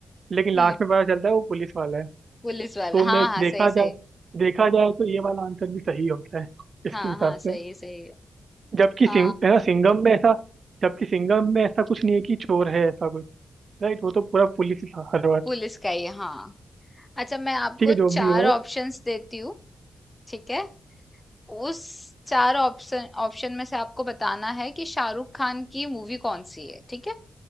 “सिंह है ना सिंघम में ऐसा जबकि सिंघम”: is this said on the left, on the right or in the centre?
Right